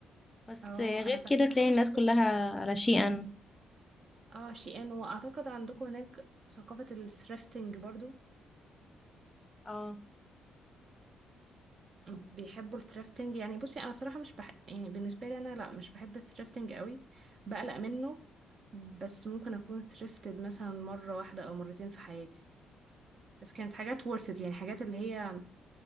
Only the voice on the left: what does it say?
بس
غير
كده
تلاقي
الناس كلها
على شيئا
اه